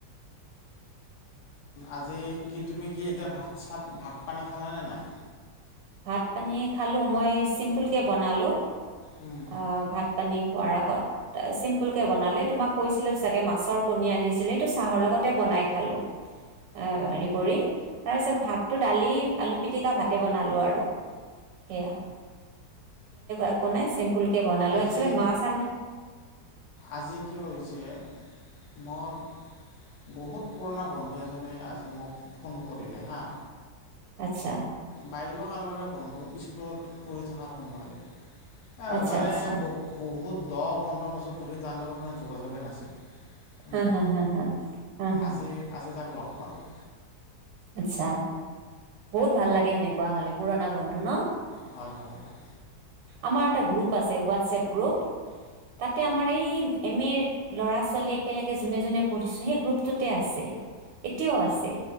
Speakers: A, on the left; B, on the right.
A: আজি কি তুমি কি এতিয়া ভাত চাত, ভাত পানী খালানে নাই?
B: ভাত পানী খালোঁ মই চিম্পুলকৈ বনালোঁ।
A: উম্।
B: অ' ভাত পানী খোৱাৰ আগত চিম্পুল কে বনালে, তোমাক কৈছিলো চাগে মাছৰ কণী আনিছিলে এইটো চাহৰ লগতে বনাই খালোঁ। অ' হেৰি কৰি তাৰ পিছত ভাততো দালি, আলু পিটিকা, ভাতে বনালো আৰু। সয়া এক নাই, চিম ফুলকে বনালো
A: আজি
B: একচলি মাছ আনি
A: আজি কিয় হৈছে মোৰ বহুত পুৰণা বন্ধু এজনে আজি মোক ফোন কৰিলে হা
B: আচ্ছা।
A: বাল্যকালৰে বন্ধ, স্কুলত পঢ়ি থকাৰ সময়ৰে। এ
B: আচ্ছা
A: মানে,
B: আচ্ছা
A: বহুত দহ-পোন্ধৰ বছৰ ধৰি তাৰ লগত মানে যোগাযোগে নাছিল। উ্
B: হা হা হা হা হা হা
A: আজি আজি তাক লগ পালোঁ।
B: আচ্ছা, বহুত ভাল লাগে সেনেকুৱা হলে পুৰণা বন্ধু ন?
A: হয় হয় হয়।
B: আমাৰ এটা গ্ৰুপ আছে হোৱাটছএপ গ্ৰুপ তাতে আমাৰ এই, এম এৰ ল'ৰা-ছোৱালী একেলগে যোনে যোনে পঢ়িছো সেই গ্ৰুপটোতে আছে, এতিয়াও আছে।